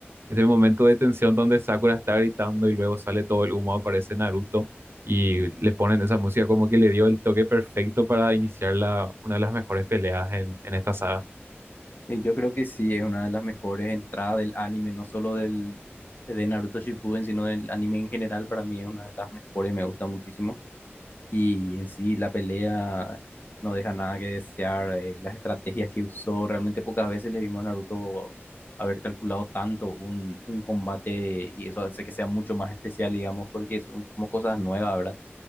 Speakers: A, on the right; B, on the left.
A: Ese momento de tensión donde Sakura está gritando y luego sale todo el humo, aparece Naruto y le ponen esa música como que le dio el toque perfecto para iniciar la, una de las mejores peleas en, en esta saga.
B: Y yo creo que sí, es una de las mejores entradas del anime, no solo del, de Naruto Shippuden, sino del anime en general. Para mí es una de las mejores, me gusta muchísimo. Y en sí la pelea no deja nada que desear. eh, las estrategias que usó, realmente pocas veces le vimos a Naruto haber calculado tanto un, un combate y eso hace que sea mucho más especial, digamos, porque son como cosas nuevas, ¿verdad?